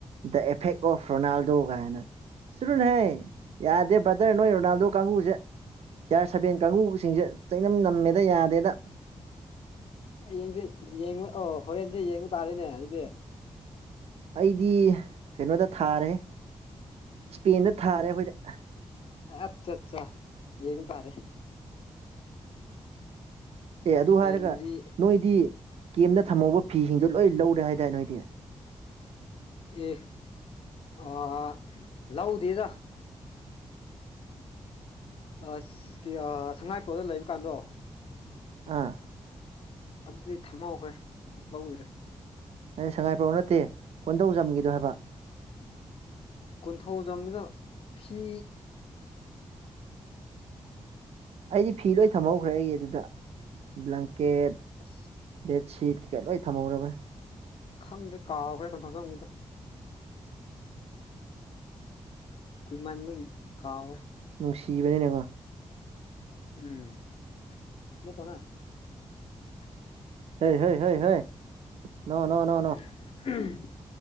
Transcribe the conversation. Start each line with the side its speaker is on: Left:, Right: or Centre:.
Right: ꯗ ꯑꯦꯐꯦꯛ ꯑꯣꯐ ꯔꯣꯅꯥꯜꯗꯣ ꯀꯥꯏꯅ ꯆꯔꯨꯅꯦꯍꯦ꯫ ꯌꯥꯗꯦ ꯕ꯭ꯔꯗꯔ ꯅꯣꯏ ꯔꯣꯅꯥꯜꯗꯣ ꯀꯥꯡꯒꯨꯁꯦ꯫ ꯁꯤꯌꯥꯔ ꯁꯕꯦꯟ ꯀꯥꯡꯕꯨꯁꯤꯡꯁꯦ ꯆꯩꯅꯝ ꯅꯝꯃꯦꯗ ꯌꯥꯗꯦꯗ꯫
Left: ꯍꯌꯦꯡꯁꯦ ꯌꯦꯡꯕ ꯑꯣ ꯍꯣꯔꯦꯟꯁꯦ ꯌꯦꯡꯕ ꯇꯥꯔꯤꯅꯦ ꯑꯗꯨꯗꯤ꯫
Right: ꯑꯩꯗꯤ ꯀꯩꯅꯣꯗ ꯊꯥꯔꯦꯍꯦ ꯁ꯭ꯄꯦꯟꯗ ꯊꯥꯔꯦ ꯑꯩꯈꯣꯏꯗꯤ꯫
Left: ꯑꯠꯆꯥ ꯆꯥ ꯌꯦꯡꯕ ꯇꯥꯔꯦ꯫
Right: ꯑꯦ ꯑꯗꯨ
Left: ꯏꯁꯄꯦꯟꯕꯨꯗꯤ
Right: ꯍꯥꯏꯔꯒ ꯅꯣꯏꯗꯤ ꯀꯦꯝꯗ ꯊꯝꯍꯧꯕ ꯐꯤꯁꯤꯡꯗꯣ ꯂꯣꯏ ꯂꯧꯔꯦ ꯍꯥꯏꯗꯥꯏ ꯅꯣꯏꯗꯤ꯫
Left: ꯑꯦ ꯑꯥ ꯂꯧꯗꯦꯗ꯫ ꯑꯁ ꯀꯤ ꯑꯥ ꯁꯉꯥꯏꯄ꯭ꯔꯧꯗ ꯂꯩꯕꯀꯥꯟꯗꯣ
Right: ꯑꯥ꯫
Left: ꯑꯗꯨꯗꯩ ꯊꯝꯍꯧꯈ꯭ꯔꯦ ꯂꯧꯗ꯭ꯔꯦ꯫
Right: ꯑꯩ ꯁꯉꯥꯏꯄ꯭ꯔꯧ ꯅꯠꯇꯦ ꯀꯣꯟꯙꯧꯖꯝꯒꯤꯗꯣ ꯍꯥꯏꯕ꯫
Left: ꯀꯣꯟꯊꯧꯖꯝꯗꯨꯗ ꯐꯤ
Right: ꯑꯩꯗꯤ ꯐꯤ ꯂꯣꯏ ꯊꯝꯍꯧꯈ꯭ꯔꯦ ꯑꯩꯒꯤ ꯑꯗꯨꯗ ꯕ꯭ꯂꯥꯡꯀꯦꯠ
Left: ꯑꯁ꯫
Right: ꯕꯦꯠꯁꯤꯠ ꯀꯩꯀ ꯂꯣꯏ ꯊꯝꯍꯧꯔꯕ꯫
Left: ꯈꯪꯗ꯭ꯔꯦ ꯀꯥꯎꯈ꯭ꯔꯦ ꯀꫭꯟꯊꯧꯖꯝꯒꯤꯗꫭ꯫ ꯀꯨꯏꯃꯟꯕꯒꯤ ꯀꯥꯎꯔꯦ꯫
Right: ꯅꯨꯡꯁꯤꯕꯅꯤꯅꯦꯀꯣ꯫
Left: ꯎꯝ ꯅꯠꯇꯣꯅ <inaudible>
Right: ꯍꯩ ꯍꯩ ꯍꯩ ꯍꯩ ꯅꫭ ꯅꫭ ꯅꫭ
Left: <unintelligible>